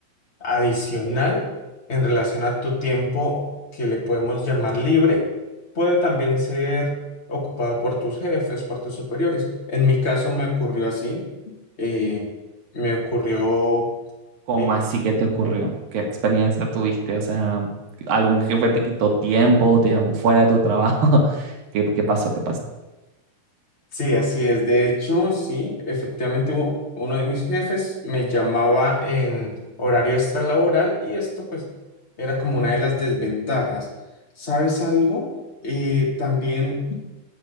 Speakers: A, on the left; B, on the right.
A: adicional en relación a tu tiempo que le podemos llamar libre, puede también ser ocupado por tus jefes, por tus superiores. En mi caso me ocurrió así, eh, me ocurrió,
B: ¿Cómo
A: eh,
B: así que te ocurrió? ¿Qué experiencia tuviste? O sea, ¿algún jefe te quitó tiempo, te llamó fuera de tu trabajo? <laughs> ¿Qué, qué pasó? ¿Qué pasó?
A: sí, así es. De hecho, sí, efectivamente u- uno de mis jefes me llamaba en horario extralaboral y esto pues era como una de las desventajas. ¿Sabes algo? Eh, también